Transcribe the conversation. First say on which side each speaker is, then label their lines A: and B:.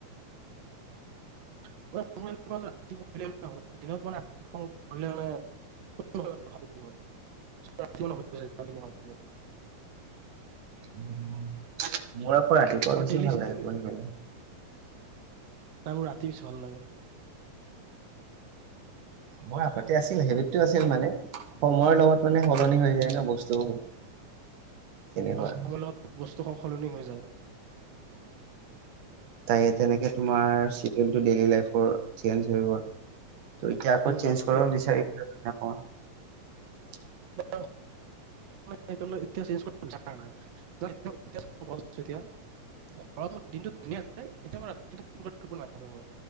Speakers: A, on the right (about 60°); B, on the right (about 80°).
A: <unintelligible>
B: উম, মোৰ আকৌ ৰাতিপুৱা
A: আৰু
B: বেছি
A: ডেইলি
B: ভাল
A: চেডিউল
B: লাগে পঢ়ি
A: এইটোৱে।
B: পেলে।
A: নাই মোৰ ৰাতি <unintelligible> ভাল লাগে।
B: মই আগতে আছিল হেবিতটো আছিল মানে সময়ৰ লগত মানে সলনি হৈ যায় ন বস্তুবোৰ। তেনেকুৱা
A: সময়ৰ বস্তু স - সলনি হৈ যায়।
B: তাকে তেনেকে তোমাৰ চিডীউলটো ডেইলি লাইফ ফৰ চেঞ্জ হৈ গ'ল। ত' ইটিয়া আকৌ চেঞ্জ
A: হৈ গ'ল।
B: কৰিব বিচাৰি <unintelligible> <unintelligible>
A: <unintelligible> <unintelligible> এতিয়া মই <unintelligible>